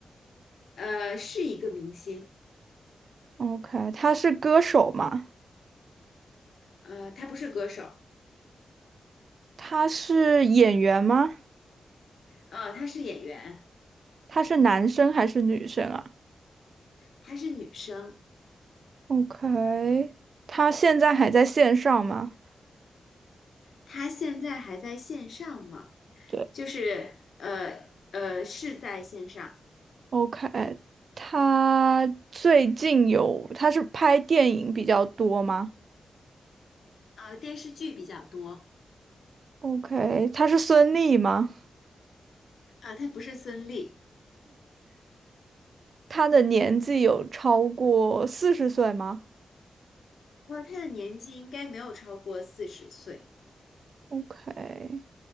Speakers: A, on the left; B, on the right.
A: 呃，是一个明星，
B: ？OK，他是歌手吗？
A: 呃，她不是歌手，
B: 他是演员吗？
A: 呃，她是演员，
B: 他是男生还是女生啊
A: 她是女生，
B: ？OK，他现在还在线上吗？
A: 她现在还在线上吗？
B: 对
A: 就是呃呃是在线上，
B: ，OK，他最近有，他是拍电影比较多吗
A: 呃，电视剧比较多，
B: ？OK，他是孙俪吗？
A: 啊、她不是孙俪，
B: 他的年纪有超过四十岁吗
A: 哇、她的年纪应该没有超过四十岁，
B: ？OK，